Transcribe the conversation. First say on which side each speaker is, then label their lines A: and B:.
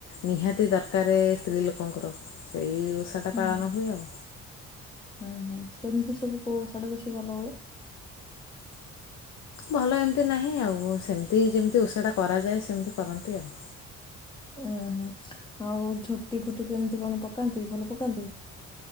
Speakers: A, on the left; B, on the left.
A: ନିହାତି ଦରକାରେ ସ୍ତ୍ରୀ ଲୋକଙ୍କର ସେଇ ବର୍ଷାଟା
B: ହୁଁ
A: ପାଳନ ହୁଏ ଆଉ।
B: ହୁଁ ହୁଁ। କେମିତି ସବୁ କହୁ ସେଇଟା ବେଶୀ ଭଲ ହୁଏ?
A: ଭଲ ଏମିତି ନାହିଁ ଆଉ। ସେମିତି ଯେମିତି ଓଷଟା କରାଯାଏ ସେମିତି କରନ୍ତି ଆଉ।
B: ହୁଁ ହୁଁ ଆଉ ଝୋଟି ଫୁଟି କେମିତି କଣ ପକାନ୍ତି ଭଲ ପକାନ୍ତି?